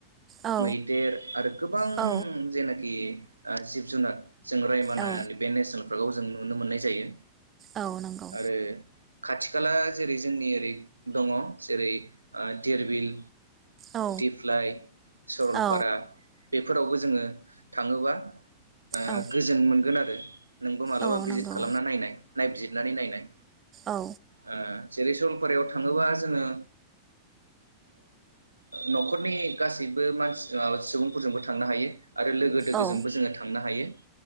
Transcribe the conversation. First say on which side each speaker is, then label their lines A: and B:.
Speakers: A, on the right; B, on the right.
A: औ
B: मैदेर आरो गोबां
A: औ
B: जेनोखि ओ जिब जुनार जों रायमना
A: औ
B: बे नेसनेल फोरखौ जों नुनो मोननाय जायो
A: औ नंगौ
B: आरो खाथि खाला जेरै जोंनि ओरै दंङ जेरै धिरबिल
A: औ
B: दिप्लाइ सरलपारा
A: औ
B: बेफोरावबो जोंङो थांङोबा ओ
A: औ
B: गोजोन मोनगोन आरो नोंबो मालाबा
A: औ
B: भिजित
A: नंगौ
B: खालामना नायनाय नायबिजिरनानै नायनाय
A: औ
B: ओ जेरै सरलपारायाव थांङोबा जोंङो न'खरनि गासै बो मानसि सुबुंफोरजोंबो थांनो हायो आरो लोगो दोगोजोंबो
A: औ
B: जोंङो थांनो हायो